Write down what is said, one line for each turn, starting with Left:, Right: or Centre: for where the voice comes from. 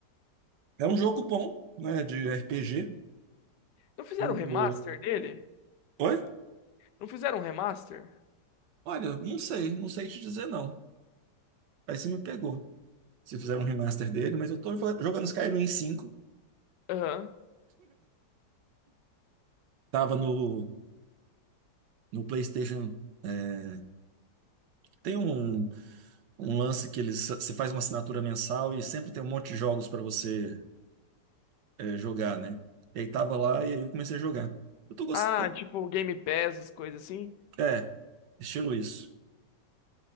Right: é um jogo bom, né? De RPG.
Left: não fizeram
Right: O-
Left: um remaster
Right: o-
Left: dele?
Right: Oi?
Left: Não fizeram um remaster?
Right: Olha, não sei, não sei te dizer, não. Aí você me pegou. Se fizeram um remaster dele, mas eu tô jo- jogando Skyrim cinco.
Left: Aham.
Right: Tava no, no PlayStation. é, Tem um, um lance que eles você faz uma assinatura mensal e sempre tem um monte de jogos pra você é, jogar, né? E aí tava lá e aí eu comecei a jogar. Eu tô gostando.
Left: Ah, tipo Game Pass, as coisas assim.
Right: É, estilo isso.